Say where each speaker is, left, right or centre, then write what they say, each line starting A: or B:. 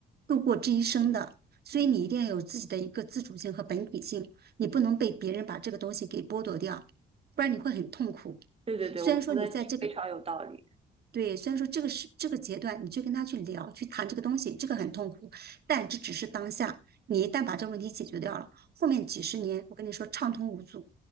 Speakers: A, on the right; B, on the right.
A: 度过这一生的，所以你一定要有自己的一个自主性和本体性，你不能被别人把这个东西给剥夺掉，不然你会很痛苦。
B: 对对对，
A: 虽然说你在这个
B: 我说的你非常有道理。
A: 对，虽然说这个是这个阶段，你去跟他去聊、去谈这个东西，这个很痛苦，但这只是当下。你一旦把这个问题解决掉了，后面几十年，我跟你说畅通无阻。